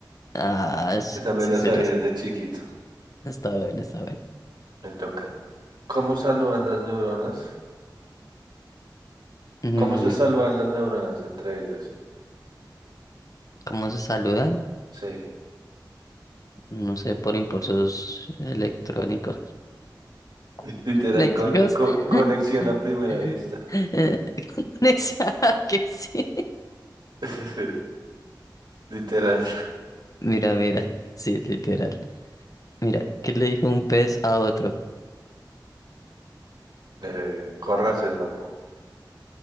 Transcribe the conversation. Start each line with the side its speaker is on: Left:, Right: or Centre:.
Left: Ah, sh-
Right: esa me
Left: sí
Right: la
Left: se
Right: sabía
Left: los.
Right: de chiquito.
Left: Está bien, está bien.
Right: Me toca. ¿Cómo saludan las neuronas?
Left: Mm,
Right: ¿Cómo se saludan las neuronas entre ellas?
Left: ¿cómo se saludan?
Right: Sí.
Left: No sé, por impulsos electrónicos. <laughs>
Right: Literal,
Left: Eléctricos.
Right: con, co- conexión
Left: <laughs>
Right: a primera vista.
Left: Eh, <laughs> Conexión, <laughs> que sí.
Right: <laughs> Literal.
Left: Mira, mira, <laughs> sí, literal. Mira, ¿qué le dijo un pez a otro?
Right: Eh, córrase, sapo.